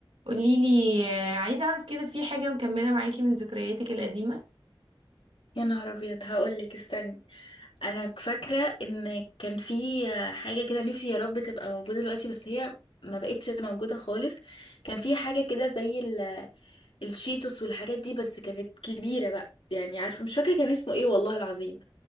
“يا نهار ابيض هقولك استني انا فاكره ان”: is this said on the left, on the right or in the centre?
Left